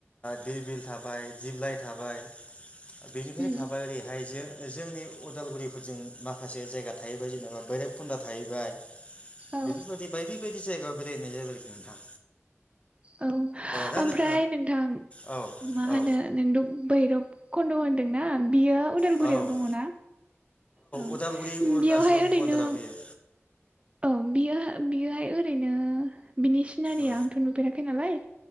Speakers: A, on the left; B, on the right.
A: दिर बिल थाबाय दिब्लाइ थाबाय। बेनिफ्राय
B: उम
A: थाबाय ओरैहाय जो- जोंनि उदालगुरिफोरजों माखासे जायगा थाहैबाय जेनेबा बैराबखुन्दा थाहैबाय।
B: औ
A: बेफोरबायदि बायदि बायदि दि जायगायाव बेरायहैनाय जाहैबाय आरोखि नोंथां।
B: औ
A: दा
B: ओमफ्राय
A: नों
B: नोंथां।
A: औ
B: मा होनो
A: औ
B: नोंथ बैरब खन्द होनदोंना? बियो उदालगुरियाव
A: औ ओ-
B: दङ ना? औ
A: उदालगुरि अरुणाचल
B: बेयावहाय ओरैनो
A: बरदाराव बेयो
B: औ बियो बियोहाय ओरैनो बिनि सिनारिया
A: औ
B: आंथ नुफेराखै नालाय।